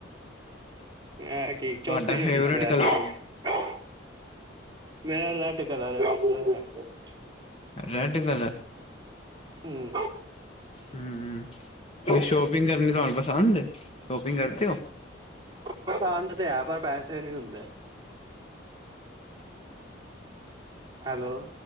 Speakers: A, on the right (about 20°); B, on the left (about 30°).
A: ਆ ਕੀ ਚੁੱਪ
B: ਤੁਹਾਡਾ
A: ਹੀ ਨੀ
B: ਫੇਵਰੇਟ
A: ਹੁੰਦਾ ਪਿਆ
B: ਕਲਰ
A: ਤੂੰ
B: ਕਿਹੜਾ
A: ਮੇਰਾ ਨਾਲ <unintelligible>
B: ਰੈਡ ਕਲਰ
A: ਹਮ
B: ਹਮ ਫਿਰ ਸ਼ੋਪਿੰਗ ਕਰਨੀ ਤੁਹਾਨੂੰ ਪਸੰਦ ਸ਼ੋਪਿੰਗ ਕਰਤੇ ਹੋ।
A: ਪਸੰਦ ਤੇ ਹੈ, ਪਰ ਪੈਸੇ ਨੀ ਹੁੰਦੇ। ਹੈਲੋ।